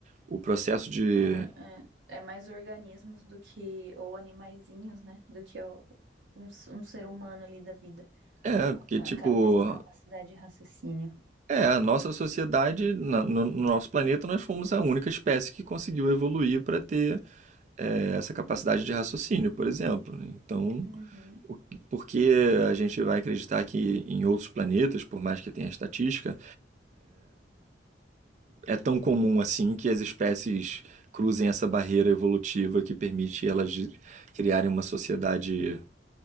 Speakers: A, on the right (about 40°); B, on the right (about 85°).
A: o processo de
B: São, or- é, é mais organismos do que, ou animaizinhos, né, do que ó, um, s- um ser humano ali da vida,
A: É,
B: com
A: porque,
B: a,
A: tipo,
B: com a mesma capacidade de raciocínio.
A: é, a nossa sociedade, na- no, no nosso planeta, nós fomos a única espécie que conseguiu evoluir para ter é, essa capacidade de raciocínio, por exemplo. Então,
B: Uhum,
A: o- por que a gente vai acreditar que em outros planetas, por mais que tenha estatística, é tão comum assim que as espécies cruzem essa barreira evolutiva que permite elas de- criarem uma sociedade